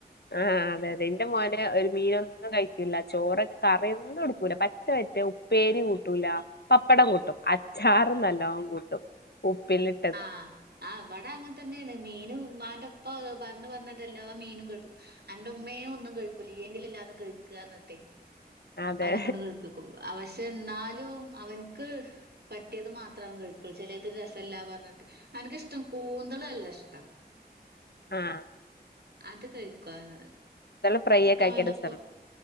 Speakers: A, on the left; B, on the right.
A: ആഹ് അതെ അതെ ഇന്റെ മോന്റെ ഒരു മീനൊന്നും കഴിക്കൂല്ല ചോറൊക്കെ കറിയൊന്നും ടുക്കൂല പറ്റ പറ്റേ ഉ ഉപേരി കൂട്ടൂല പപ്പടം കൂട്ടും അച്ചാറ് നല്ലോം കൂട്ടും ഉപ്പിലി
B: ആഹ് ആഹ് ഇവിടെ അങ്ങന് തന്നെയാണ് മീന് ഇമ്മാന്റെ ഒപ്പ പറ്ഞ്ഞ് പറ്ഞ്ഞ് ട്ടല്ലാം മീനും കയ്പ്പിക്കും അന്റെ ഉമ്മേ ഒന്നും കഴിക്കൂല്ല ഇയ്യ ങ്കിലും എല്ലാതും കഴിക്ക് റ്ഞ്ഞ്ട്ട്
A: അതെ
B: അവനെ കൊണ്ട് കഴിപ്പിക്കും അപക്ഷെ ന്നാലും അവന്ക്ക് പറ്റിയത് മാത്രാണ് കഴിക്കുള്ളൂ ചെലെത് രസല്ലാ പറഞ്ഞിട്ട് അവന്ക്ക് ഇഷ്ടം കൂന്തള് അല്ല ഇഷ്ടം
A: ആ ഹ്
B: അത് കഴിക്കുവൻ
A: നല്ല ഫ്രൈ
B: അപ്പ
A: ഒക്കെ ആക്കിയ
B: അവന്റെ
A: രസണ്ട്
B: പ്പ